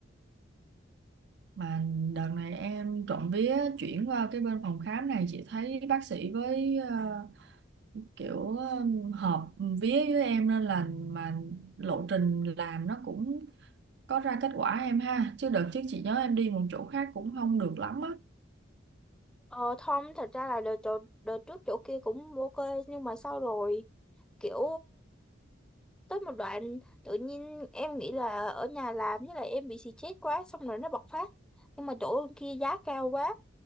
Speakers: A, on the right; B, in the centre.
A: mà đợt này em trộm vía chuyển qua cái bên phòng khám này chị thấy bác sĩ với ờ, kiểu ờ, hợp vía với em nên là mà lộ trình làm nó cũng có ra kết quả em ha chứ đợt trước chị nhớ em đi một chỗ khác cũng không được lắm á
B: ờ Tom thật ra là đợt, chỗ- đợt trước chỗ kia cũng ok nhưng mà sau rồi kiểu tới một đoạn tự nhiên em nghĩ là ở nhà làm với lại em bị stress quá xong rồi nó bộc phát nhưng mà chỗ kia giá cao quá